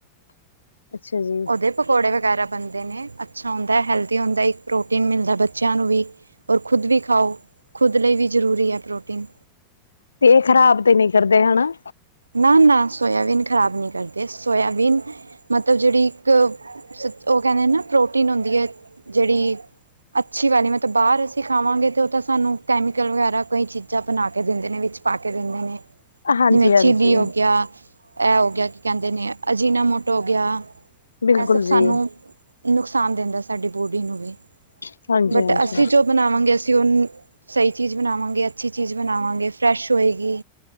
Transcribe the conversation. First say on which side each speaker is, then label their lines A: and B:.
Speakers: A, on the left; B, on the right.
A: ਅੱਛਾ ਜੀ।
B: ਦੇ ਪਕੌੜੇ ਵਗੈਰਾ ਬਣਦੇ ਨੇ ਅੱਛਾ ਹੁੰਦਾ ਹੈਲਦੀ ਹੁੰਦਾ ਇੱਕ ਪ੍ਰੋਟੀਨ ਮਿਲਦਾ ਬੱਚਾ ਬੱਚਿਆਂ ਨੂੰ ਵੀ, ਔਰ ਖੁਦ ਵੀ ਖਾਓ, ਖੁਦ ਲਈ ਵੀ ਜ਼ਰੂਰੀ ਐ ਪ੍ਰੋਟੀਨ।
A: ਤੇ ਇਹ ਖ਼ਰਾਬ ਤੇ ਨਹੀਂ ਕਰਦੇ ਹਨਾ।
B: ਨਾ ਨਾ ਸੋਇਆਬੀਨ ਖਰਾਬ ਨਹੀਂ ਕਰਦੇ, ਸੋਇਆਬੀਨ ਮਤਲਬ ਜਿਹੜੀ ਇੱਕ ਸੀ ਉਹ ਕਹਿੰਦੇ ਨਾ ਪ੍ਰੋਟੀਨ ਹੁੰਦੀ ਐ, ਜਿਹੜੀ ਅੱਛੀ ਵਾਲੀ, ਮਤਲਬ ਬਾਹਰ ਅਸੀਂ ਖਾਵਾਂਗੇ ਤੇ ਉਹ ਤਾਂ ਸਾਨੂੰ ਕੈਮੀਕਲ ਵਗੈਰਾ ਕਈ ਚੀਜ਼ਾਂ ਬਣਾ ਕੇ ਦਿੰਦੇ ਨੇ ਵਿੱਚ ਪਾ ਕੇ ਦਿੰਦੇ ਨੇ।
A: ਹਾਂਜੀ।
B: ਜਿਵੇਂ
A: ਹਾਂਜੀ
B: ਚੀਲੀ ਹੋ ਗਿਆ ਇਹ ਹੋ ਗਿਆ, ਕੀ ਕਹਿੰਦੇ ਨੇ ਅਜੀਨਾ ਮੋਟ ਹੋ ਗਿਆ।
A: ਬਿਲਕੁਲ
B: ਇਹ ਸਭ
A: ਜੀ
B: ਸਾਨੂੰ ਨੁਕਸਾਨ ਦਿੰਦਾ, ਸਾਡੀ ਬੋਡੀ ਨੂੰ ਵੀ।
A: ਹਾਂਜੀ
B: ਬਟ,
A: ਹਾਂਜੀ
B: ਅਸੀਂ ਜੋ ਬਣਾਵਾਂਗੇ ਅਸੀਂ ਉਹਨ ਸਹੀ ਚੀਜ਼ ਬਣਾਵਾਂਗੇ, ਅੱਛੀ ਚੀਜ਼ ਬਣਾਵਾਂਗੇ ਫਰੈਸ਼ ਹੋਏਗੀ।